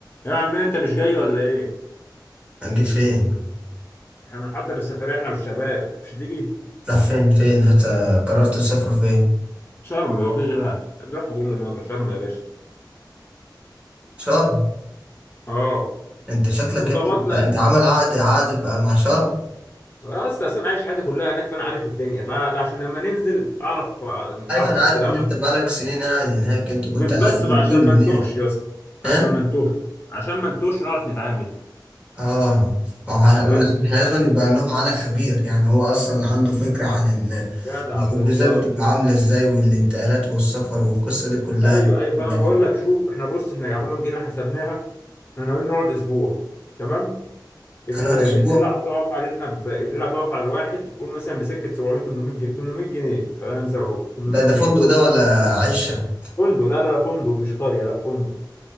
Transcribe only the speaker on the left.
يا عم انت مش جاي ولا ايه
احنا بنحضر السفرية احنا والشباب مش هتيجي
شرم هو في غيرها بنروحها كل مرة شرم يا باشا
اه
وظبطنا
اه، اصل اصلا عايش حياتي كلها هناك فانا عارف الدنيا فعشان لما ننزل اعرف نتحرك
وكده
أبقى
عارف.
بالظبط
بقى عشان ما نتوهش
يا اسطى عشان
ما نتوهش عشان ما نتوهش ونعرف نتعامل
بس ف...
جدع
بالظبط
ايوه ايوه فانا
بقول لك شوف احنا بص احنا عموما جينا حسبناها احنا ناويين نقعد اسبوع تمام ال-
الليله
هتقف علينا ب... الليله هتقف على الواحد قول مثلا بسكه 700 800 جنيه 800 جنيه خلينا نزود 800
جنيه
فندق لا لا لا فندق مش قريه لا فندق